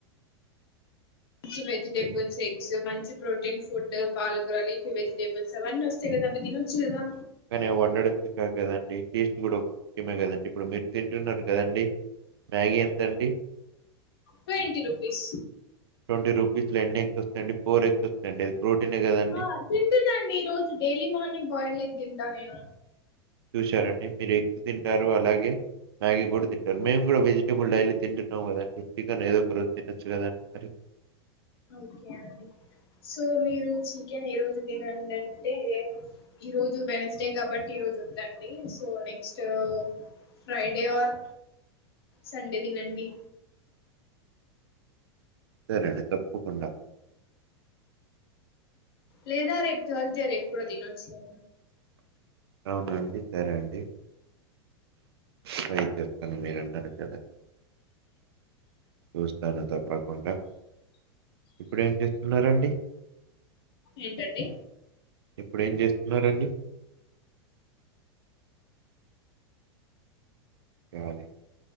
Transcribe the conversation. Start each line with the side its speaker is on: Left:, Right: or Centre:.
Left: మంచి వెజిటేబుల్స్ ఎగ్స్ మంచి ప్రోటీన్ ఫుడ్ పాలకూర లీఫ్ వెజిటేబుల్స్ అవన్నీ వస్తాయి కదా అవి తినొచ్చు కదా
Right: కానీ అవ్వండడం చికాకు కదండి టీస్ట్ కూడా ముఖ్యమే కదండి ఇప్పుడు మిరు తింటున్నారు కదండి మ్యాగీ ఎంతండి
Left: ట్వంటీ రూపీస్
Right: ట్వంటీ రూపీస్ లో ఎన్ని ఎగ్స్ వస్తాయండి ఫోర్ ఎగ్స్ వస్తాయండి ప్రోటీనే కదండి
Left: ఆ తింటున్నాండి ఈ రోజు డైలీ మార్నింగ్ బాయిల్డ్ ఎగ్ నేను
Right: చూశారండి మీరు ఎగ్ తింటారు అలాగే మ్యాగీ కూడా తింటారు మేము కూడా వెజిటేబుల్ డైలీ తింటున్నాం కదండి చికెన్ ఏదో ఒక రోజు తినొచ్చు కదా మరి
Left: ఓకే అండి సో మీరు చికెన్ ఏ రోజు తినండి అంటే ఈరోజు వెనస్డే కాబట్టి ఈరోజు వద్దండి so next Friday or Sunday తినండి
Right: సరే అండి తప్ప కుండ
Left: లేదా రేపు తర్స్డే రేపు కూడా తినచ్చులే
Right: అవున అండి సరే అండి ట్రై చేస్తాను మీరు అన్నారు కదా చూస్తాను తప్పకుండా ఇప్పుడు ఏం చేస్తున్నారండి
Left: ఏంటండి
Right: ఇప్పుడేం చేస్తున్నరండి కావాలి